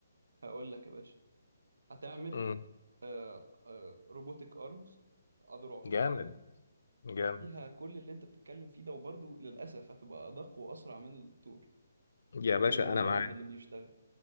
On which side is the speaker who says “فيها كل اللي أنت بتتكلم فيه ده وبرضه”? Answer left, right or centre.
Right